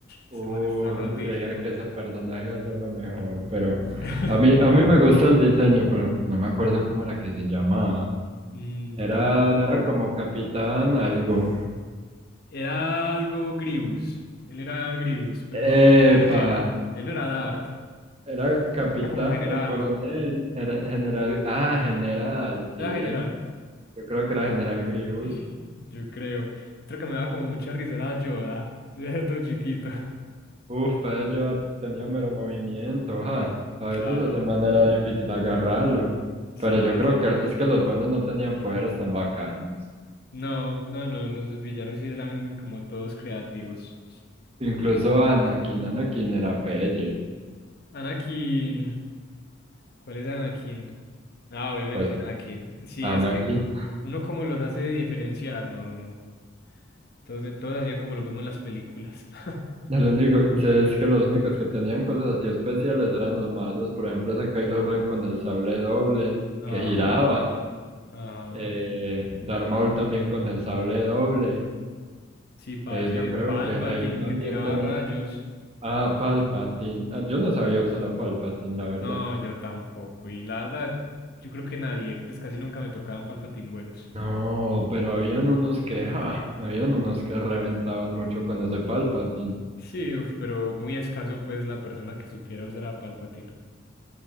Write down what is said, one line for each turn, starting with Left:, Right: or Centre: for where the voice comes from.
Left: ese
Right: Uh,
Left: man está rotísimo.
Right: uno creía que ese personaje iba a ser lo mejor, pero
Left: <laughs>
Right: a mí, a mí me gusta el diseño, pero no me acuerdo cómo era que se llamaba.
Left: Mm,
Right: Era,
Left: yo tampoco.
Right: no era como capitán algo.
Left: Era algo Grievous, él era Grievous, pero
Right: Epa,
Left: no me acuerdo quién era. Él no era Dart,
Right: era capitán
Left: era como general,
Right: o coronel, era general, ah, general, sí,
Left: era general.
Right: yo creo que era general Grievous.
Left: <laughs> Yo creo. Otro que me daba como mucha risa era Yoda. <laughs> Era todo chiquito.
Right: Uf, pues yo ha tenido mero movimiento, ja. A veces
Left: Claro,
Right: de esa manera era difícil agarrarlo.
Left: sí,
Right: Pero
Left: parce.
Right: yo creo que es que los buenos no tenían poderes tan bacanos.
Left: No, no, no, los dos villanos sí eran como todos creativos.
Right: Incluso Anakin, Anakin era pelle.
Left: Anakin. ¿Cuál es Anakin? Ah, obviamente
Right: Pues
Left: Anakin. Sí,
Right: Anakin.
Left: es que uno como los hace diferenciar, no, no. Entonces todos hacían como lo mismo en las películas. <laughs>
Right: El único, sí, es que los únicos que tenían cosas así especiales eran los malos. Por ejemplo, ese Kylo Ren con el sable doble
Left: Ah,
Right: que giraba.
Left: ah.
Right: Eh, Darth Maul también con el sable doble.
Left: Sí, parce,
Right: Eh, yo creo
Left: Palpatine
Right: que Rey también
Left: que tiraba
Right: tenía.
Left: rayos.
Right: Ah, Palpatine. Ah, yo no sabía usar a Palpatine, la verdad.
Left: No, yo tampoco. Y la verdad, yo creo que nadie, pues casi nunca me tocaban Palpatine buenos.
Right: No, pero habían unos que, ja, habían unos que reventaban mucho con ese Palpatine.
Left: Sí, uf, pero muy escaso pues la persona que supiera usar a Palpatine.